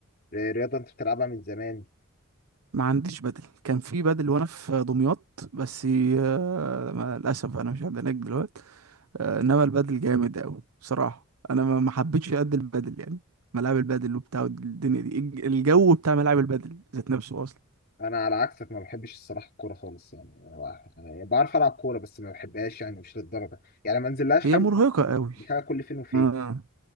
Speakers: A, on the left (about 45°); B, on the right (about 85°).
A: آه، رياضة انت بتلعبها من زمان
B: ما عنديش بدل كان في بدل وانا في دمياط بس آه، ما- للاسف انا مش عند هناك دلوقتي آه، انما البادل جامد قوي بصراحه انا ما ما حبيتش قد البادل يعني ملاعب البادل وبتاع الدنيا دي الج- الجو بتاع ملاعب البادل ذات نفسه اصلا
A: انا على عكسك ما بحبش الصراحه الكوره خالص يعني هو- يعني بعرف العب كوره بس ما بحبهاش يعني مش للدرجه يعني ما انزلهاش
B: هي
A: حاجه
B: مرهقه
A: كتير،
B: قوي
A: دي حاجه كل فين وفين
B: آه.